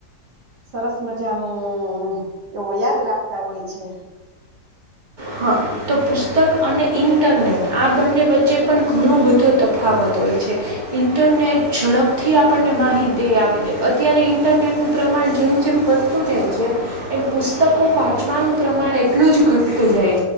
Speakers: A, on the right (about 80°); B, on the right (about 25°).
A: સરસ મજાનું એવો યાદ રાખતા હોય છે
B: હા તો પુસ્તક અને ઇન્ટરનેટ આ બંને વચ્ચે પણ ઘણો બધો તફાવત હોય છે ઇન્ટરનેટ ઝડપથી આપણને માહિતી આપી દે અત્યારે ઇન્ટરનેટનું પ્રમાણ જેમ જેમ વધતું જાય છે એમ પુસ્તકો વાંચવાનું પ્રમાણ એટલું જ ઘટતું જાય છે